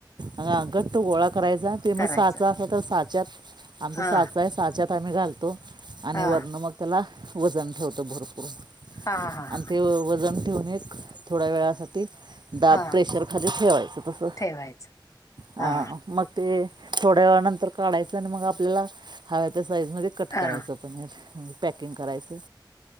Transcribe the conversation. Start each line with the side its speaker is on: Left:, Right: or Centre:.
Right: ह घट्ट गोळा करायचा ते
Left: करायचं
Right: मग साचा असा तर साच्यात आमचा
Left: हा
Right: साचा आहे साच्यात हताम्ी घालतो आणि
Left: हा
Right: वरणं मग त्याला वजन ठेवतो भरपूर
Left: हा ह हा हा.
Right: आणि ते वजन ठेवून एक थोड्या वेळासाठी दाब
Left: हा
Right: प्रेशरखाली ठेवायचं तस
Left: ठेवायचं
Right: ह
Left: हा
Right: मग ते थोड्या वेळानंतर काढायचं आणि मग आपल्याला हव्याच्या साईजमध्ये कट
Left: हा
Right: करायचं. प पॅकिंग करायचं.